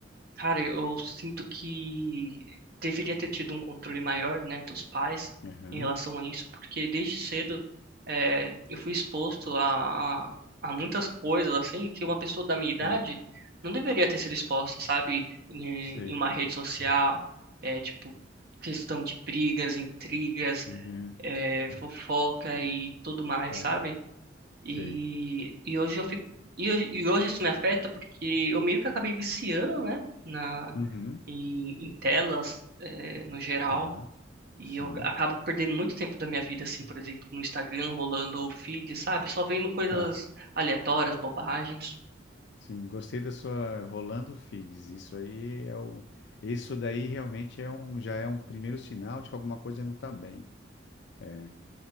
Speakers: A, on the right (about 55°); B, on the left (about 60°).
A: cara, eu sinto que deveria ter tido um controle maior, né, dos pais
B: Aham,
A: em relação a isso, porque desde cedo eh, eu fui exposto a, a, a muitas coisas, assim, que uma pessoa da minha idade
B: tá.
A: não deveria ter sido exposta, sabe, em,
B: Sei.
A: em uma rede social, é, tipo, questão de brigas, intrigas,
B: Aham,
A: eh, fofoca e tudo mais,
B: tá.
A: sabe? E,
B: Sei.
A: e hoje eu fico. E hoje, e hoje isso me afeta porque eu meio que acabei viciando, né? Na,
B: Uhum,
A: em, em telas, eh, no geral.
B: tá.
A: E
B: Sim,
A: eu acabo perdendo muito tempo da minha vida, assim, por exemplo, no Instagram, rolando o feed, sabe? Só vendo coisas
B: tá.
A: aleatórias, bobagens,
B: Sim, gostei da sua Rolando Fides. Isso aí é o. Isso daí realmente é um, já é um primeiro sinal de que alguma coisa não tá bem. É.